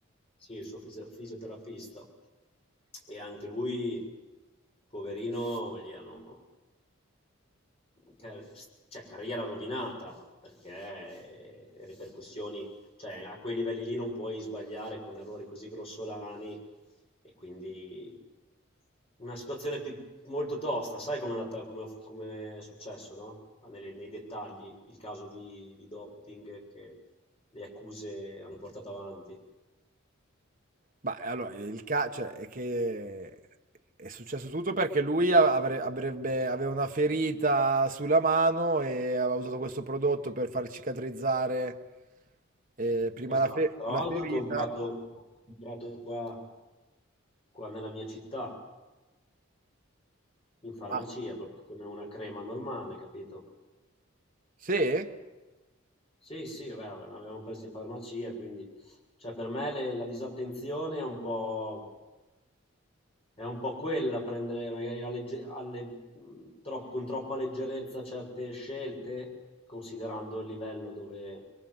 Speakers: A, on the left; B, on the right.
A: sì, il suo fisi- fisioterapista. E anche lui, poverino, gli hanno... car- cioè, carriera rovinata, perché le ripercussioni... Cioè, a quei livelli lì non puoi sbagliare con errori così grossolani e quindi una situazione più- molto tosta. Sai com'è andata, com'è, com'è successo, no? Ah, Nelle- nei dettagli, il caso di, di doping che le accuse hanno portato avanti.
B: Ma allora, il ca- cioè, è che è successo tutto perché lui a- avre- avrebbe, aveva una ferita sulla mano e aveva usato questo prodotto per far cicatrizzare eh, prima
A: Esatto,
B: la, fe-
A: tra
B: la
A: l'altro
B: ferita.
A: ho comprato, ho comprato qua, qua nella mia città, in farmacia,
B: Ah,
A: proprio come una crema normale, capito?
B: sì?
A: Sì, sì, vabbè, vabbè, ne avevamo presi in farmacia, quindi cioè, per me le- la disattenzione è un po', è un po' quella, prendere magari la legge- alle- mh, tro- con troppa leggerezza certe scelte, considerando il livello dove,